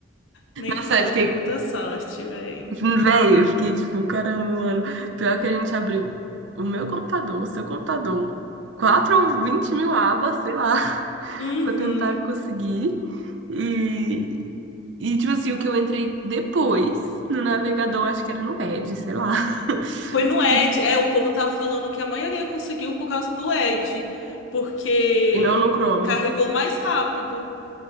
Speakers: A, on the left; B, on the right.
A: Nem
B: Nossa,
A: fala,
B: é, fiquei,
A: foi muita sorte, véi.
B: hum, velho, eu fiquei tipo, caramba, mano. Pior que a gente abriu o meu computador, o seu computador, quatro ou vinte mil abas, sei lá, <laughs>
A: Uhum.
B: pra tentar conseguir. E, E, tipo assim, o que eu entrei depois no navegador, acho que era no Edge, sei lá. <laughs>
A: Foi no Ed. É, o povo tava falando que a maioria conseguiu por causa do Ed, porque
B: E não no Chrome.
A: carregou mais rápido